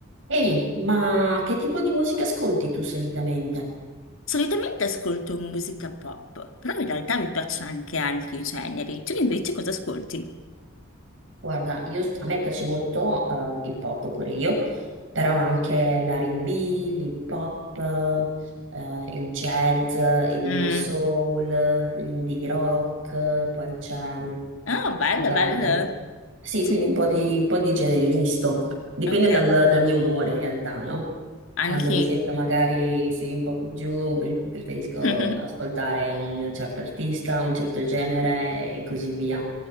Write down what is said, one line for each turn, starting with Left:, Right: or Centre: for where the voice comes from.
Right: Ehi, ma che tipo di musica ascolti tu solitamente?
Left: Solitamente ascolto musica pop, però in realtà mi piacciono anche altri generi. Tu invece cosa ascolti?
Right: Guarda, io- a me piace molto eh, il pop pure io, però anche l'R&B, l'hip hop, eh, il jazz, il
Left: Mm.
Right: neo soul, l'indie rock, poi c'è mm,
Left: Oh, bello,
Right: cos'altro.
Left: bello.
Right: Sì,
Left: Sì,
Right: quindi un po' di, un po' di genere misto. Dipende
Left: Ok,
Right: dal, dal mio umore in realtà, no?
Left: anche.
Right: Quando mi sento magari sì, un po' più giù, pre- preferisco
Left: <laughs>
Right: ascoltare un certo artista, un certo genere e così via.